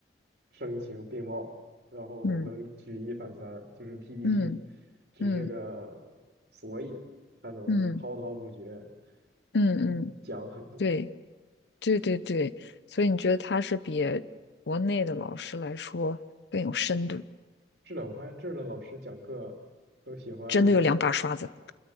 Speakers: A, on the right; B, on the left.
A: 声情并茂，然后能举一反三，
B: 嗯
A: 就是 PPT
B: 嗯
A: <laughs> 只是个索引，
B: 嗯
A: 还能滔滔不绝
B: 嗯嗯嗯，
A: 一讲很多。
B: 对对对对，所以你觉得他是比国内的老师来说更有深度，
A: 是的，我发现这儿的老师讲课都喜欢，
B: 真的有两把刷子。